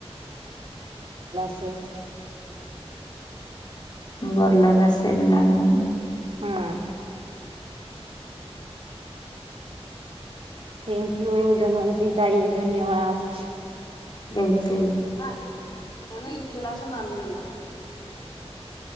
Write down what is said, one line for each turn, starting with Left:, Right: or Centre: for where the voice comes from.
Right: चलं.
Left: भरलं नसेल म्हणून
Right: <inaudible> हम्. थँक यू धन्वंती ताई धन्यवाद.
Left: अचछ आहे म्हणून तुलासा लाग ना